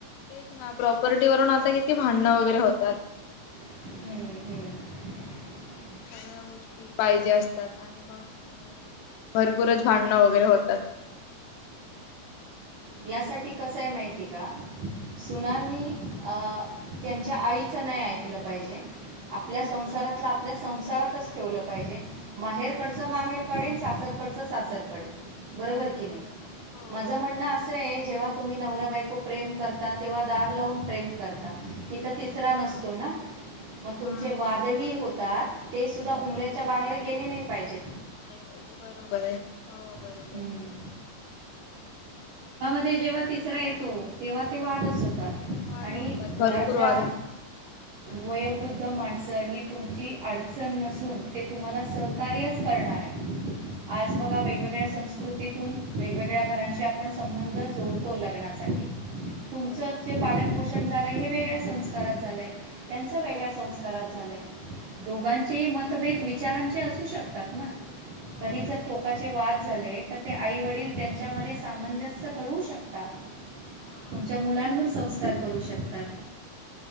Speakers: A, on the left; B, on the right.
A: तेच ना प्रॉपर्टी वरून आता किती भांडणं वगैरे होतात
B: हम्म हम्म
A: सगळ्या गोष्टी पाहिजे असतात आणि मग अ भरपूरच भांडणं वगैरे होतात.
B: यासाठी कसंय माहिती का? सुनांनी
A: हा
B: अ त्यांच्या आईचं नाही ऐकलं पाहिजे. आपल्या संसारातलं आपल्या संसारातच ठेवलं पाहिजे, माहेर कडच
A: हा
B: माहेरकडे अन् सासर सासर कडे बरोबर कि नाही,
A: बरोबर हो
B: माझं
A: बरोबर
B: म्हणंणं
A: बर
B: अस जेव्हा तुम्ही नवरा बायको प्रेम करता तेव्हा दार लावून प्रेम करता. तिथं तिसरा
A: हा
B: नसतो ना, मग
A: हा
B: तुमचे
A: तेच
B: वादही
A: ना
B: होतात, ते सुद्धा उमर्या च्या बाहेर गेले नाही पाहिजे.
A: नाही पाहिजे बरोबर आहे हो बरोबर
B: हम्म.
A: <inaudible>
B: म जेव्हा तिसरा येतो, तेव्हा ते वादच होतात.
A: वाद
B: आणि
A: होतात
B: घरातल्या
A: भरपूर वाद होतात
B: वयोवृद माणसं ही तुमची अडचण नसून ते तुम्हाला सहकार्यच करणार आहे.
A: <inaudible>
B: आज बघा वेगवेगळ्या संस्कृतीतून वेगवेगळ्या घरांशी आपण संबंध जोडतो लग्नासाठी तुमचं
A: हो
B: जे पालन पोष झालंय हे वेगळ्या संस्कारात झालंय. त्यांचं वेगळ्या
A: हो हो
B: संस्कारात झालंय, दोघांचेही
A: हा
B: मतभेद विचारांचे असू शकतात ना,
A: हो
B: कधी जर
A: तेच
B: टोकाचे वाद झाले तर ते आईवडील त्यांच्यामध्ये सामंजस्य घडवू शकतात.
A: हा
B: तुमच्या मुलांवर
A: तेच.
B: संस्कार करू शकतात.